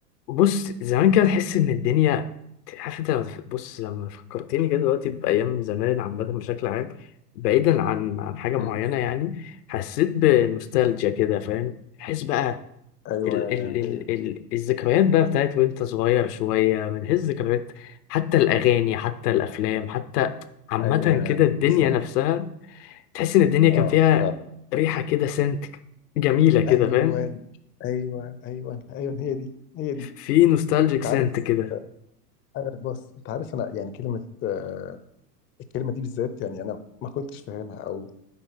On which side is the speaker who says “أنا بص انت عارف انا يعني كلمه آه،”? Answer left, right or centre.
Left